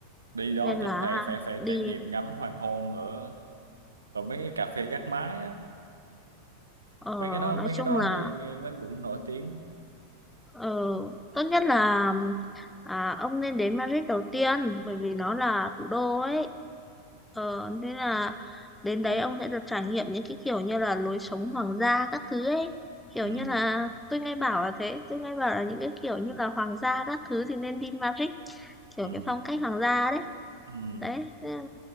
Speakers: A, on the right; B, in the centre.
A: đi đó
B: nên
A: chắc
B: là
A: phải phải phải
B: đi
A: trải nghiệm ngắm hoàng hôn ở ở mấy cái cà phê gác mái á
B: ờ,
A: mấy cái đó
B: nói
A: mấy
B: chung
A: cái đó
B: là
A: nghe nghe nó cũng nổi tiếng
B: ờ, tốt nhất là à, ông nên đến Madrid đầu tiên bởi vì nó là thủ đô ấy Ờ, thế là đến đấy
A: ừ.
B: ông sẽ được trải nghiệm những cái kiểu như là lối sống hoàng gia các thứ ấy. Kiểu
A: ừ
B: như là tôi nghe bảo là thế, tôi nghe bảo là những cái kiểu như là hoàng gia các thứ thì nên đi Madrid, kiểu
A: ừ
B: cái phong cách hoàng gia đấy.
A: ừ
B: Đấy, thế là,